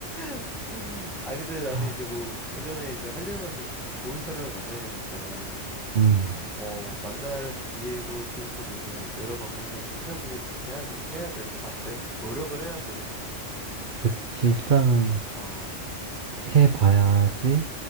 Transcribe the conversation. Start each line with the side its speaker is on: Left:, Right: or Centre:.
Centre: <laughs> 아, 근데 나는
Right: <laughs>
Centre: 이제 뭐 그 전에 이제 하려면은 일단 좋은 사람을 만나야 되니까
Right: 음,
Centre: 어, 만날 기회도 조금 이제 여러 방면으로 찾아보고도 좀 해야, 해야 될 것 같아. 노력을 해야지.
Right: 그치. 일단은
Centre: 어,
Right: 해봐야지.